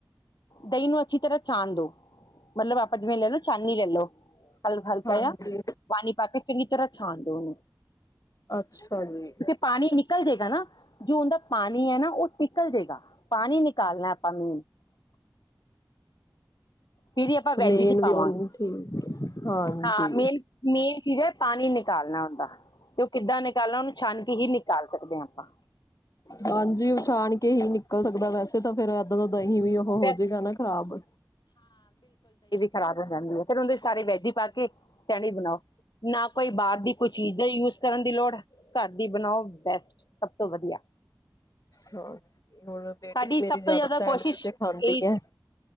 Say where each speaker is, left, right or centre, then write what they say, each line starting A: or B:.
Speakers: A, on the left; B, on the left.
A: ਦਹੀਂ ਨੂੰ ਅੱਛੀ ਤਰ੍ਹਾਂ ਛਾਣ ਦਿਉ ਮਤਲਬ ਆਪ ਜਿਂਵੇ ਲੈ ਲੋ ਚਾਂਨੀ ਲੈ ਲਓ ਹਲ ਹਾਲਕਾਇਆ
B: ਹਾਂਜੀ
A: ਪਾਣੀ ਪਾ ਕੇ ਚੰਗੀ ਤਰ੍ਹਾਂ ਛਾਣ ਦੋ ਉਹਨੂੰ
B: ਅੱਛਾ ਜੀ
A: ਕਿਉਂਕਿ ਪਾਣੀ ਨਿਕਲ ਜਾਏਗਾ ਨਾ ਜੋ ਉਹਦਾ ਪਾਣੀ ਹੈ ਨਾ ਉਹ ਟਿਕਲ ਜਾਵੇਗਾ ਪਾਣੀ ਨਿਕਾਲਣਾ ਆਪਾਂ ਮੇਨ ਫੀਰ ਆਪਾਂ
B: ਅੱਛਾ
A: ਵੈਜ
B: ਮੇਨ
A: ਚ ਪਾਵਾਂ
B: ਵੀ ਉਹ ਠੀਕ ਹਾਂਜੀ
A: ਹਾਂ ਮੇਨ ਮੇਨ ਚੀਜ਼ ਹੈ ਪਾਣੀ ਨਿਕ ਕਾਲਣਾ ਹੁੰਦਾ ਤੇ ਉਹ ਕਿੱਦਾਂ ਨਿਕਾਲਣਾ ਉਹਨੂੰ ਛਾਨ ਕੇ ਹੀ ਨਿਕਾਲ ਸਕਦੇ ਹਾਂ ਆਪਾਂ
B: ਹਾਂਜੀ ਉ ਛਾਨ ਕੇ ਹੀ ਨਿਕਲ ਸਕਦਾ ਵੈਸੇ ਤਾਂ ਫੇਰ ਇੱਦਾਂ ਤਾਂ ਨਹੀਂ ਵੀ ਉਹ ਹੋਜੇਗਾ
A: ਫਿਰ
B: ਨਾ ਖਰਾਬ
A: ਖਰਾਬ ਹੋ ਜਾਂਦੀ ਹੈ ਫਿਰ ਉਹਦੇ ਸਾਰੇ ਵੈਜੀ ਪਾ ਕੇ ਚਹਿਣੀ ਬਣਾਓ ਨਾ ਕੋਈ ਬਾਹਰ ਘ ਦੀ ਕੁਛ ਚੀਜ਼ ਯੂਜ ਕਰਨ ਦੀ ਲੋੜ ਘਰ ਦੀ ਬਣਾਓ ਬੈਸਟ ਸਭ ਤੋਂ ਵਧੀਆ
B: ਹਾਂ ਹੁਣ ਬੇਟੀ
A: ਸਾਡੀ
B: ਵੀ ਮੇਰੀ
A: ਸਭ ਤੋਂ
B: ਜਿਆਦਾ
A: ਜ਼ਿਆਦਾ
B: ਸੈਂਡਵਿਚ
A: ਕੋਸ਼ਿਸ਼ ਇਹੀ
B: ਖਾਂ ਦੀ ਹੈ